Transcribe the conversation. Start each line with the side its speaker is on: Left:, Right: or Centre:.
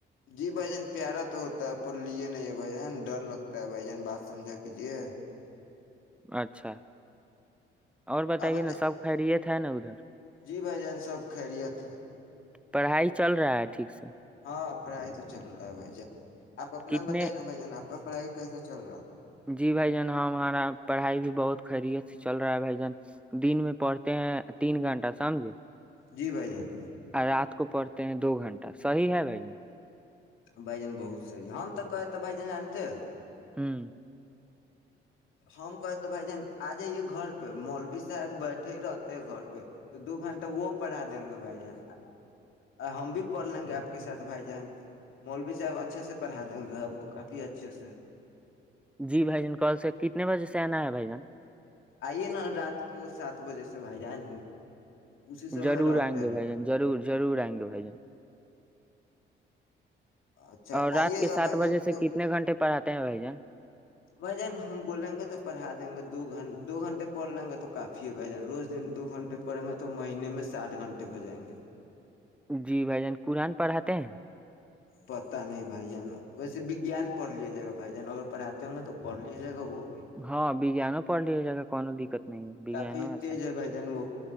Left: جی بھائی جان پیارا تو ہوتا ہے پر لیے نہیں ہے بھائی جان ڈر لگتا ہے بھائی جان بات سمجھا کیجیے
Centre: اچھا اور بتائیے
Left: آبت
Centre: نا سب خیریت ہے نا ادھر
Left: جی بھائی جان سب خریت
Centre: پڑھائی چل رہا ہے ٹھیک سے
Left: ہاں پڑھائی تو چل رہا ہے بھائی جان آپ اپنا
Centre: کتنے
Left: بتائیے نا بھائی جان آپ کا پڑھائی کیسا چل رہا ہے
Centre: جی بھائی جان ہمارا پڑھائی بھی بہت خیریت سے چل رہا ہے بھائی جان دن میں پڑھتے ہیں تین گھنٹہ سمجھے
Left: جی بھائی جان
Centre: رات کو پڑھتے ہیں دو گھنٹہ صحیح ہے بھائی جن
Left: بائی جان بہت صحیح ہے ہم تو کہے تو بھائی جان جانتے ہیں
Centre: ہمم
Left: ہم کہے تو بھائی جہن آ جائیے گھر پہ مولوی صاحب بیٹھے ہی رہتے گھر پہ تو دو گھنٹہ وہ پڑھا دیں گے بھائی جن ہم بھی پڑھ لیں گے آپ کے ساتھ بھائی جہن مولوی صاحب اچھے سے پڑھا دیں گے آپ کو کافی اچھے سے
Centre: جی بھائی جن کال سے کتنے بجے سے سنا ہے بھ
Left: آئیے نا رات کو سات بجے سے بھائی جان اسی سمے
Centre: ضرور
Left: رہتے
Centre: آئیں گے
Left: ہیں
Centre: بھ جن ضرور ضور آئیں گے بھائی جن
Left: اچھا
Centre: اور رات
Left: آئیے
Centre: کے
Left: گا
Centre: سات
Left: بھائی جان
Centre: بجے سے
Left: تو
Centre: کتنے گھنٹے پڑھاتے ہیں بھائی جان
Left: بھائی جان ہم بولیں گے تو پڑھا دیں گے دو گھن دو گھنٹے پڑھ لیں گے تو کافی ہے بھ جانا روز دن دو گھنٹے پڑیں گے تو مہینے میں ساتھ گھنٹے ہو جائیں گے
Centre: جی بھ جان قرآن پڑھاتے ہیں
Left: پتا نہیں بھائی جان ویسے وگان پڑھ لیا جائے گا بھائی جان اگر پڑھاتے ہوں گے تو پڑھ لیا جائے گا وہ بھی
Centre: ہاں ب جا ن پ ڈی ہے جگا کون دقت نہیں ہے
Left: کافی
Centre: وگیانو اچھا
Left: تیز ہے بھائی جان وہ